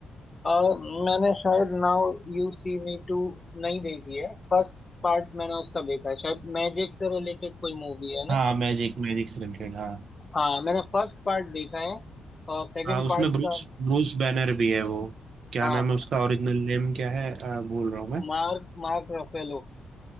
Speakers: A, on the left; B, on the right.
A: और मैंने शायद now you see me two नहीं देखी है फर्स्ट पार्ट मैंने उसका देखा है शायद मैजिक से रिलेटेड कोई मूवी है ना
B: हाँ मैजिक मैजिक से रिलेटेड हाँ
A: हाँ मैंने फर्स्ट पार्ट देखा है और सेकंड
B: हाँ उसमें
A: पार्ट
B: ब्रूस
A: का
B: ब्रूस बैनर भी है वो क्या
A: हाँ
B: नाम
A: हाँ
B: है उसका ओरिजिनल नेम क्या है आ, बोल रहा हूँ मैं
A: मार्क मार्क रफेलो